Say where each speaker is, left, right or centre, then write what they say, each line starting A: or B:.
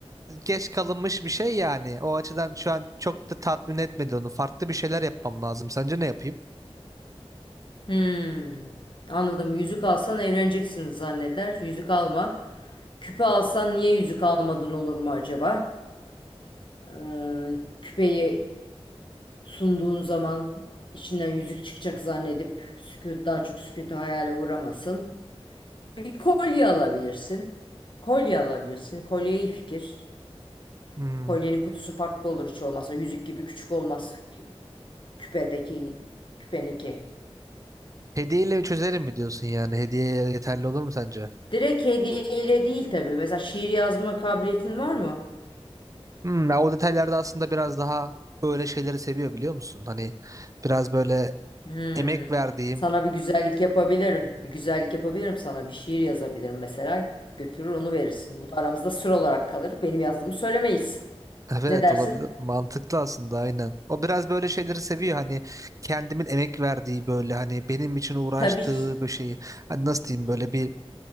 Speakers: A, on the right (about 30°); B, on the left (about 50°).
A: geç kalınmış bir şey yani. O açıdan şu an çok da tatmin etmedi onu. Farklı bir şeyler yapmam lazım. Sence ne yapayım?
B: Hmm. Anladım. Yüzük alsan evleneceksiniz zanneder. Yüzük alma. Küpe alsan niye yüzük almadın olur mu acaba? Ee, küpeyi sunduğun zaman içinden yüzük çıkacak zannedip sükût daha çok sükûtu hayale uğramasın. Bir kolye alabilirsin. Kolye alabilirsin. Kolye iyi fikir.
A: Hmm.
B: Kolyenin kutusu farklı olur hiç olmazsa. Yüzük gibi küçük olmaz kü- küpedeki küpeninki.
A: Hediyeyle çözerim mi diyorsun yani? Hediye yeterli olur mu sence?
B: Direkt hediyeyle değil tabii. Mesela şiir yazma kabiliyetin var mı?
A: Hmm, ya o detaylarda aslında biraz daha öyle şeyleri seviyor biliyor musun? Hani biraz böyle
B: Hmm.
A: emek verdiğim
B: Sana bir güzellik yapabilirim. Bir güzellik yapabilirim sana. Bir şiir yazabilirim mesela. Götürür onu verirsin. Bu da aramızda sır olarak kalır. Benim yazdığımı söylemeyiz.
A: Evet
B: Ne dersin?
A: olabilir. Mantıklı aslında aynen. O biraz böyle şeyleri seviyor hani kendimin emek verdiği böyle hani benim için uğraştığı
B: Tabii ş-
A: bir şeyi. Hani nasıl diyeyim böyle bir